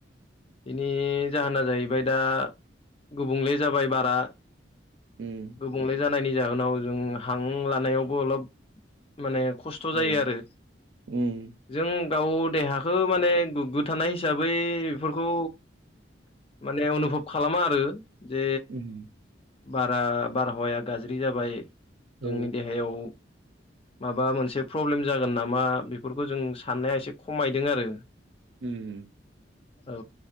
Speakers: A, on the left; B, on the right.
A: बेनि जाहोना जाहैबाय दा गुबुंले जाबाय बारा।
B: उम।
A: गुबुंले जानायनि जाहोनाव जों हां लानायावबो अलप माने खस्थ' जायो
B: औ
A: आरो
B: उम
A: जों गाव देहाखौ माने <unintelligible> थानाय हिसाबै बेफोरखौ माने <unintelligible> <unintelligible> खालामा आरो जे
B: उम
A: बारा बारहावाया गाज्रि जाबाय। जोंनि
B: औ
A: देहायाव माबा मोनसे प्रब्लेम जागोन नामा बेफोरखौ जों साननाया एसे खमायदों आरो।
B: उम।
A: औ।